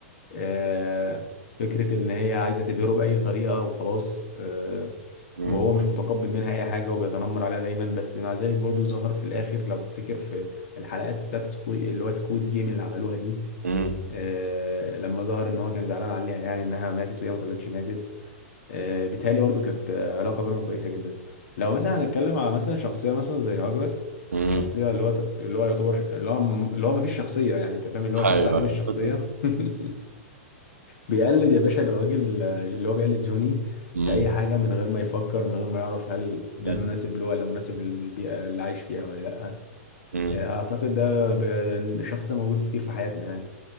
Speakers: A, on the left; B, on the right.
A: آه فكرة ان هي عايزة تبهره بأي طريقة وخلاص آه
B: مم،
A: وهو مش متقبل منها أي حاجة وبيتنمر عليها دايما بس مع ذلك برضو ظهر في الآخر لو تفتكر في الحلقات بتاعت سكوي اللي هو سكويد جيم اللي عملوها دي
B: مم،
A: آه، لما ظهر ان هو كان زعلان عليها يعني انها ماتت وهي ما طلعتش ماتت آه، بيتهيألي برضو كانت آه، علاقه بينهم كويسه جدا لو مثلا هنتكلم على مثلا شخصيه مثلا زي هاجرس
B: مم.
A: شخصيه اللي هو اللي هو يعتبر اللي هو اللي هو ما فيش شخصيه يعني انت فاهم اللي هو
B: ايوه
A: شخص عديم
B: ايوه
A: الشخصيه
B: <laughs>
A: <laughs> بيقلد يا باشا الراجل آه، اللي هو بيقلد جوني
B: مم،
A: في اي حاجه من غير ما يفكر من غير ما يعرف هل ده
B: مم،
A: مناسب له ولا مناسب للبيئه اللي عايش فيها ولا لا
B: مم.
A: آه، اعتقد ده ب- الشخص ده موجود كتير في حياتنا يعني